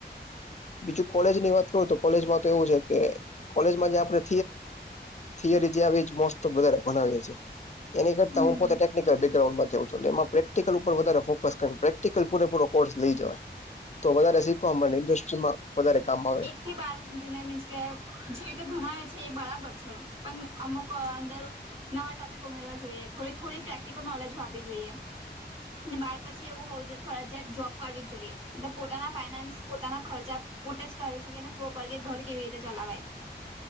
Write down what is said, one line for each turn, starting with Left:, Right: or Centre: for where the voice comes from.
Left: બીજું કોલેજ ની વાત કરું તો કોલેજમાં તો એવું છે કે કોલેજમાં જે આપણે થિયરી જે આવી મોસ્ટ વધારે ભનાવીએ છીએ. એની કરતા
Right: હમ
Left: હું પોતે ટેકનિકલ બેગગ્રાન્ડમાંથી આઉં છું એ પ્રેક્ટિકલ ઉપર વધારે ફોકસ કરુ છુ. પ્રેક્ટીકલ પૂરેપૂરો કોર્સ લઈ જવા તો વધારે શીખવા મળે ઇન્ડસ્ટ્રીમાં વધારે કામ આવે.
Right: એકથી બાર હુંધીને મીન્સ કે જે રીતે ભણાવે છે એ બરાબર છે. પણ અમુક અંદર નવા ટોપિક ઉમેરવા જોઈએ, થોડી થોડી પ્રેક્ટિકલ નોલેજો આપવી જોઈએ. ને બાર પછી એવું હોવું જોઈએ કે ફરજીયાત જોબ કરવી જ જોઈએ. એટલે પોતાના ફાઈનાન્સ, પોતાના ખર્ચા પોતે જ કરી શકે ને એને ખબર પડે કે ઘર કેવી રીતે ચલાવાય.